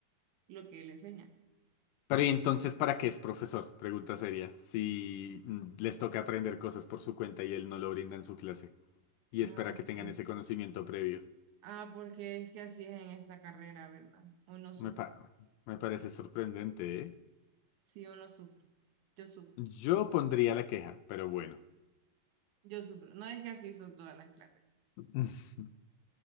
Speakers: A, on the right (about 70°); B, on the left (about 85°).
A: lo que él enseña.
B: Pero ¿y entonces para qué es profesor? Pregunta seria. Si mm, les toca aprender cosas por su cuenta y él no lo brinda en su clase y
A: No,
B: espera que
A: ¿por
B: tengan
A: qué?
B: ese conocimiento previo.
A: Ah, porque es que así es en esta carrera, ¿verdad? Uno sufre.
B: Me pa- me parece sorprendente, ¿eh?
A: Sí, uno sufre. Yo sufro.
B: Yo pondría la queja, pero bueno.
A: Yo sufro. No es que así son todas las clases.
B: <laughs>